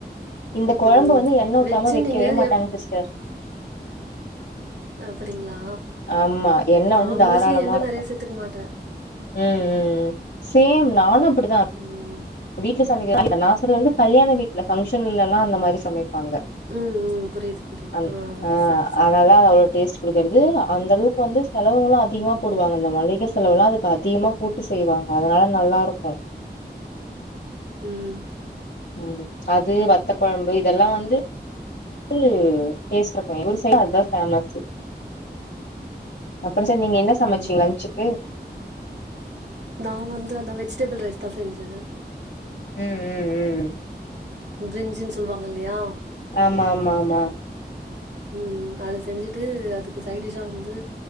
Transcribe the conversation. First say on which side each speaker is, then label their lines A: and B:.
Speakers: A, on the left; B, on the right.
A: இந்த கொழம்ப
B: ம்
A: வந்து எண்ண ஊத்தாம
B: வெஜ்ஜு
A: வெக்கவே
B: நீங்க
A: மாட்டாங்க
B: எப்
A: சிஸ்டர்
B: அப்பிடிங்ளா
A: ஆமா எண்ணெ
B: நா
A: வந்து தாராளமா
B: மோஸ்ட்லி எண்ண
A: இருக்கு
B: நெறைய சேத்துக்க மாட்டே
A: ம் ம் ம் சேம் நானு அப்பிடிதா
B: ம்
A: வீட்ல சமைக்கற <inaudible> நா சொல்றது வந்து கல்யாண வீட்ல ஃபங்க்ஷன்லல்லா அந்த மாரி சமைப்பாங்க
B: ம் ம் புரியுது புரியுது
A: அன் ஆ
B: செரி செரி
A: அதனாலதா அது அவ்ளோ டேஸ்ட் குடுக்கறது அ அந்த அளவுக்கு வந்து செலவுங்களு அதிகமா போடுவாங்க
B: ம்
A: அந்த மளிக செலவல்லா அதுக்கு அதிகமா போட்டு செய்வாங்க அதனால நல்லா இருக்கு
B: ம்
A: ம் அது வத்த கொழம்பு இதெல்லா வந்து து டேஷ்ட் இருக்கு எங்க ஊர் சைடுல அதா ஃபேமஸு அப்பற சிஸ்டர் நீங்க என்ன சமைச்சீங்க
B: ம்
A: லஞ்ச்சுக்கு
B: நா வந்து அந்த வெஜிடபிள் ரைஸ்தா செஞ்சே
A: ம் ம் ம்
B: பிரிஞ்சின்னு சொல்வாங்க இல்லையா
A: ஆமா ஆமா ஆமா
B: ம் அது செஞ்சுட்டு அதுக்கு சைடிஷா வந்து